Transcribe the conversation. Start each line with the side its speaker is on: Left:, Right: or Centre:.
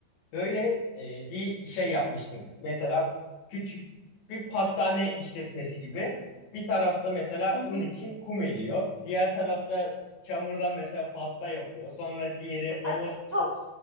Left: Böyle e, bir şey yapmıştık. Mesela küçük bir pastane işletmesi gibi. Bir tarafta mesela
Right: Hı hı.
Left: un için kum eliyor. Diğer tarafta çamurdan mesela pasta yapıyor. Sonra diğeri onu
Right: Ay, çok
Left: o,